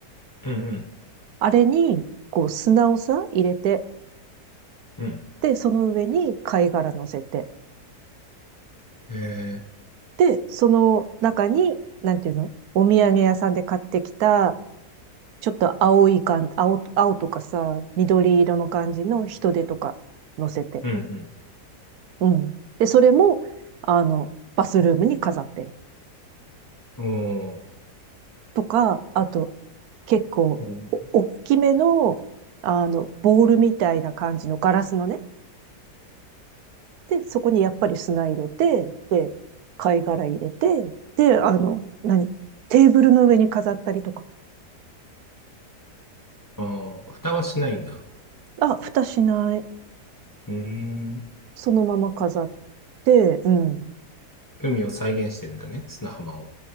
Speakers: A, on the left; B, on the right.
A: うん、うん、
B: あれに、こう、砂をさ、入れて、
A: うん。
B: で、その上に貝殻乗せて、
A: えー、
B: で、その中に、なんていうのお土産屋さんで買ってきた、ちょっと青い感、青、青とかさ、緑色の感じの人手とか乗せて。
A: うん、
B: うん。で、それも、あの、バスルームに飾ってる。
A: うん。おー、
B: とか、あと、結構、
A: うん
B: お、大きめの、あの、ボールみたいな感じのガラスのね。で、そこにやっぱり砂入れて、で、貝殻入れて、で、あの、何テーブルの上に飾ったりとか。
A: ああ、蓋はしないんだ。
B: あ、蓋しない。
A: うーん。
B: そのまま飾って、うん。
A: 海を再現してるんだね、砂浜を。